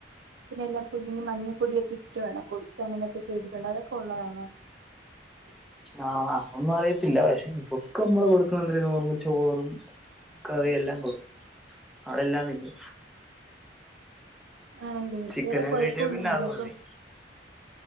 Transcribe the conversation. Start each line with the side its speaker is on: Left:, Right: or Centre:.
Right: പിന്നെല്ല പുഞ് മഞ്ഞപ്പൊടിയൊക്കെ ഇട്ടിട്ട് വേണം കൊടുത്താനതൊക്കെ ചെയ്ട്ടേണ്ട അതൊക്കെ ഉള്ളതണോ
Centre: ആഹ് ഒന്നും അറിയത്തില്ല പക്ഷെ ഇവൊക്കെ നമ്മള് കൊടുക്കുന്ന എന്ത പറഓ ചോറും കറിയെല്ലാം കൊടുക്കും അവളെല്ലാം പിന്നു
Right: ആണല്ലേ
Centre: ചിക്കന
Right: വേറെ കുഴപ്പമൊന്നുമില്ല
Centre: ഒക്കെ കട്ടിയ പിന്നെ അത് പോ
Right: അപ്പം
Centre: മതി